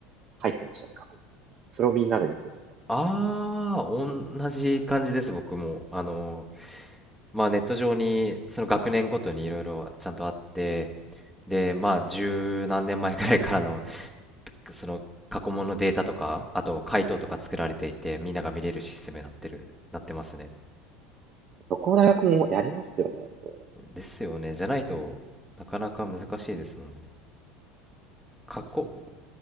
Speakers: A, on the right (about 40°); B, in the centre.
A: 入ってましたね、過去に。それをみんなで見てるみたいな。
B: ああ、同じ感じです、僕も。あの、まあ、ネット上に、その学年ごとにいろいろちゃんとあって、で、まあ、十何年前くらいからの、その、過去問のデータとか、あと、回答とか作られていて、みんなが見れるシステムになってる、なってますね。
A: どこの大学もやりますよね、そういう
B: ですよね。じゃないとなかなか難しいですもんね。過去、